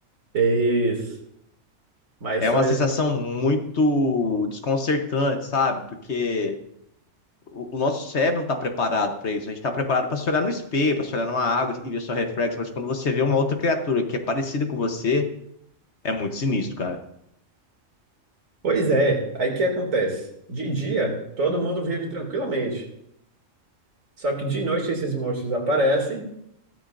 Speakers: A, on the right (about 75°); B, on the left (about 60°).
A: Isso. Mas
B: É
A: são.
B: uma sensação muito desconcertante, sabe? Porque O, o nosso cérebro não está preparado para isso. A gente está preparado para se olhar no espelho, para se olhar numa água e ver seu reflexo. Mas quando você vê uma outra criatura que é parecida com você, é muito sinistro, cara.
A: Pois é. Aí o que acontece? De dia, todo mundo vive tranquilamente. Só que de noite esses monstros aparecem